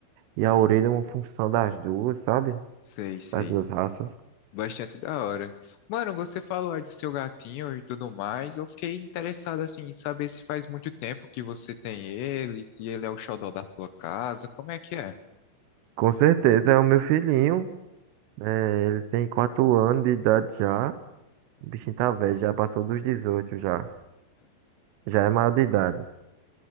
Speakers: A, on the right; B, on the left.
A: e a orelha é uma função das duas, sabe?
B: Sei, sei.
A: Das duas raças.
B: Bastante da hora. Mano, você falou aí do seu gatinho e tudo mais. Eu fiquei interessado, assim, em saber se faz muito tempo que você tem ele, se ele é o xodó da sua casa, como é que é?
A: Com certeza, é o meu filhinho. É, ele tem 4 anos de idade já. O bichinho tá velho, já passou dos 18 já. Já é maior de idade.